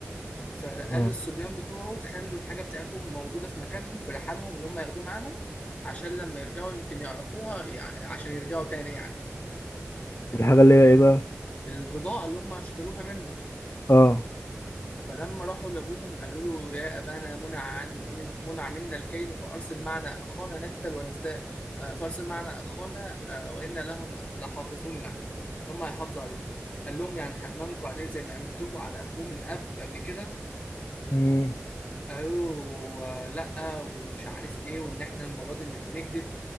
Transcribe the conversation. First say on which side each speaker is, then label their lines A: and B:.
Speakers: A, on the left (about 30°); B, on the left (about 65°).
A: فقال
B: اه
A: للصبيان بتوعه خلوا الحاجة بتاعتهم موجودة في مكانهم في رحالهم اللي هم ياخدوه معاهم عشان لما يرجعوا يمكن يعرفوها يع- عشان يرجعوا تاني يعني
B: الحاجه اللي هي ايه بقى
A: البضاعة اللي هم اشتروها منه
B: اه
A: فلما راحوا لأبوهم قالوا له يا أبانا منع عن من منع منا الكيل فأرسل معنا أخانا نكتل ونزداد آه، فأرسل معنا أخانا آه، وإنا لهم لحافظون يعني هم هيحافظوا عليه قال لهم يعني هأمنكم عليه زي ما أمنتكم على أخوه من أب قبل كده
B: مم.
A: قالوا آه، لا ومش عارف ايه وان احنا المره دي مش بنكذب